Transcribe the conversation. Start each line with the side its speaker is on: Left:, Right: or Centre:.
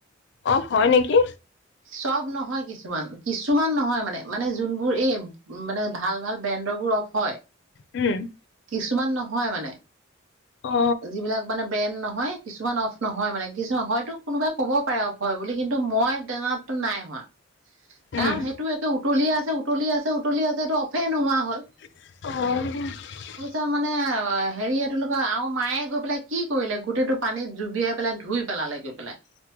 Left: অফ হয় নেকি
Right: চব নহয়, কিছুমান কিছুমান নহয় মানে মানে যোন। মোৰ এই মানে ভাল ভাল ব্ৰেণ্ড ৰ বোৰ অফ্। হয়।
Left: উম।
Right: কিছুমান নহয় মানে।
Left: অ
Right: যিবিলাক মানে ব্ৰেণ্ড নহয়। কিছুমান অফ নহয় মানে কিছুমান হয়তো কোনোবাই ক'ব পাৰে অফ হয় বুলি কিন্তু মই জনাত। নাই হোৱা
Left: উম
Right: কাৰণ সেইটোৱে একে। উতলি আছে উতলি আছে উতলি আছে এইটো অফে নোহোৱা।
Left: অ'হ।
Right: হ'ল। একদম মানে অ। হেৰি এইটোলোকৰ আৰু মায়ে গৈ পেলাই কি কৰিলে গোটেইটো পানীত জুবিয়াই পেলাই ধুই পেলালে গৈ পেলাই।